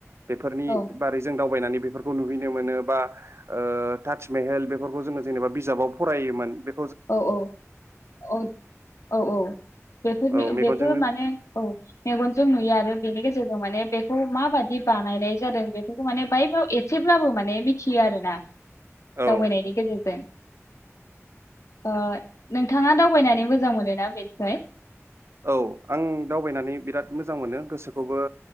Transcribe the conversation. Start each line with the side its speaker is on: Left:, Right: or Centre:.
Right: बेफोरनि
Left: औ
Right: बारै जों दाउ दावबायनानै बेफोरखौ नुहैनो मोनो बा ओ ताजमेहेल बेफोरखौ जोङो जेनेबा बिजाबाव फरायोमोन बे
Left: औ औ औ औ औ बेफोरनि
Right: औ मेगनजोंनो
Left: बेफोर माने औ मेगनजों नुयो आरो बेनि गेजेरजों माने बेखौ माबादि बानायनाय जादों बेफोरखौ माने बायबाव एसेब्लाबो माने मिथियो आरोना।
Right: औ
Left: दावबायनायनि गेजेरजों। ओ नोंथाङा दावबायनानै मोजां मोनोना बेनिफ्राय
Right: औ आं दावबायनानै बिराद मोजां मोनो गोसोखौबो